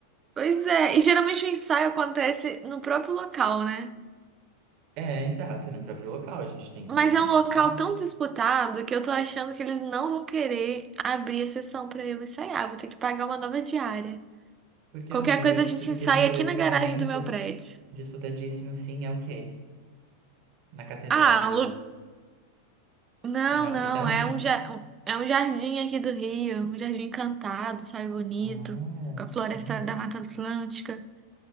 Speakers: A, on the right; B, on the right.
A: Pois é. E geralmente o ensaio acontece no próprio local, né?
B: É, exato, no próprio local, a gente tem que,
A: Mas
B: tem
A: é um local
B: que ir pra lá.
A: tão disputado que eu tô achando que eles não vão querer abrir a sessão pra eu ensaiar. Vou ter que pagar uma nova diária.
B: Porque,
A: Qualquer
B: amigo,
A: coisa
B: já que
A: a gente
B: você tá
A: ensaia
B: querendo fazer
A: aqui
B: esse
A: na
B: casamento
A: garagem do meu prédio.
B: disputadíssimo, assim, é o quê? Na Catedral
A: Ah,
B: de,
A: Lu... não,
B: de Notre
A: não,
B: Dame?
A: é um, ja- é um jardim aqui do Rio, um jardim encantado, sabe, bonito,
B: Uau,
A: com a floresta
B: que linda,
A: da Mata Atlântica.